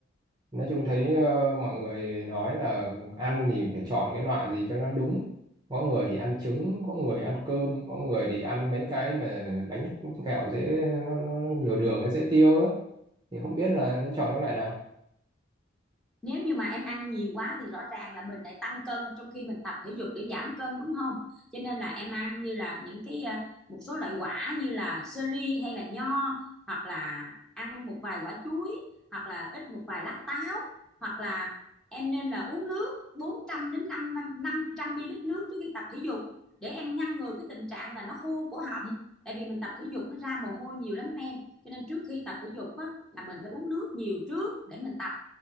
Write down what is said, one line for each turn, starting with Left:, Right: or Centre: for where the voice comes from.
Right: nói chung thấy ờ, mọi người nói là ăn thì phải chọn cái loại gì cho nó đúng có người thì ăn trứng có người ăn cơm có người thì ăn mấy cái mà bánh kẹo dễ nó, nó nhiều đường nó dễ tiêu đó thì không biết là nên chọn cái loại nào
Centre: nếu như mà em ăn nhiều quá thì rõ ràng là mình lại tăng cân trong khi mình tập thể dục để giảm cân đúng không cho nên là em ăn như là những cái à, một số loại quả như là sơ ri hay là nho hoặc là ăn một vài quả chuối hoặc là ít một vài lát táo hoặc là em nên là uống nước 400 đến năm năm trăm ml nước trước khi tập thể dục để em ngăn ngừa cái tình trạng là nó khô cổ họng tại vì mình tập thể dục nó ra mồ hôi nhiều lắm em cho nên trước khi tập thể dục á, là mình phải uống nước nhiều trước để mình tập